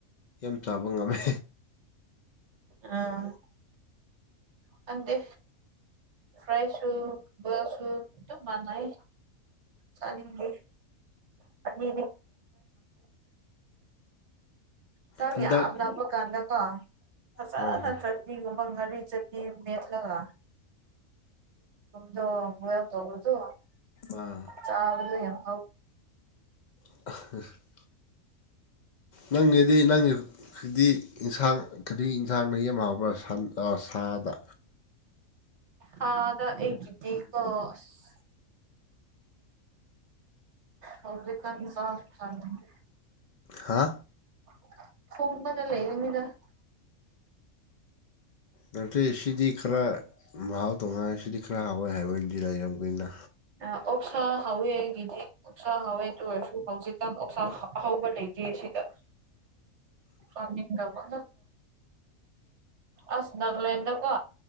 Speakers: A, on the left; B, on the right.
A: ꯌꯥꯝ ꯆꯥꯕ ꯉꯝꯃꯦ
B: ꯑꯥ ꯈꯪꯗꯦ ꯐ꯭ꯔꯥꯏꯁꯨ ꯕꯣꯏꯜꯁꯨꯨ ꯑꯗꯨꯝ ꯃꯥꯅꯩ ꯆꯅꯤꯡꯦ ꯍ ꯅꯦ ꯆꯥꯛ
A: ꯍꯟꯗꯛ
B: ꯌꯥꯝ ꯂꯥꯞꯄ ꯀꯥꯟꯗꯀꯣ ꯐꯖꯅ
A: ꯍꯣꯏ ꯍꯣꯏ
B: ꯆꯠ ꯃꯤ ꯃꯪꯒꯥꯥꯂꯤ ꯆꯗꯤ ꯅꯠꯂꯒ ꯗ ꯒꯋꯎꯛꯕꯣ
A: ꯑꯥ
B: ꯆꯥꯕꯗ ꯌꯥꯝꯦ
A: <inaudible> ꯅꯪꯒꯤꯗꯤ ꯅꯪꯒꯤꯈꯗꯤ ꯏꯟꯁꯥꯡ ꯀꯔꯤ ꯏꯟꯁꯥꯡꯅ ꯌꯥꯝ ꯍꯥꯎꯕ꯭ꯔꯥ ꯁꯟ ꯁꯥꯗ
B: ꯊꯥꯗ ꯑꯩꯒꯤꯗꯤꯀꯣ ꯑꯁ ꯍꯧꯖꯤꯀꯥꯟ ꯆꯥꯛ ꯆꯥꯅꯤꯡꯗꯦ
A: ꯍꯥ
B: <unintelligible>
A: ꯅꯠꯇꯦ ꯁꯤꯗꯤ ꯈꯔ ꯃꯍꯥꯎ ꯇꯣꯡꯉꯥꯜꯂꯦ ꯁꯤꯗꯤ ꯈꯔ ꯍꯥꯎꯋꯦ ꯍꯥꯏꯕꯗꯤ ꯂꯩꯔꯝꯒꯅꯤꯗ
B: ꯑ ꯑꯣꯛꯁꯥ ꯍꯥꯎꯋꯦ ꯑꯩꯒꯤꯗꯤ ꯑꯣꯛꯁꯥ ꯍꯥꯎꯋꯦ ꯗꯨꯑꯣꯏꯔꯁꯨ ꯍꯧꯖꯤꯀꯥꯟ ꯑꯣꯛꯁꯥ ꯑꯍꯧꯕ ꯂꯩꯇꯦ ꯁꯤꯗ ꯆꯥꯅꯤꯡꯗꯕ ꯑꯁ ꯅꯒꯂꯦꯟꯗ ꯀꯣ